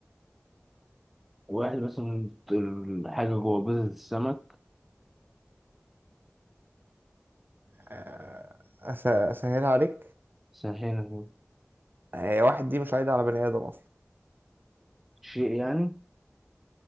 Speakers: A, in the centre; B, on the right.
A: واحد بس من الحاجة جوه بيضة السمك
B: آه، أس- أسهلها عليك
A: سرحينة كده
B: آه، واحد دي مش عايدة على بني آدم أصلا
A: شيء يعني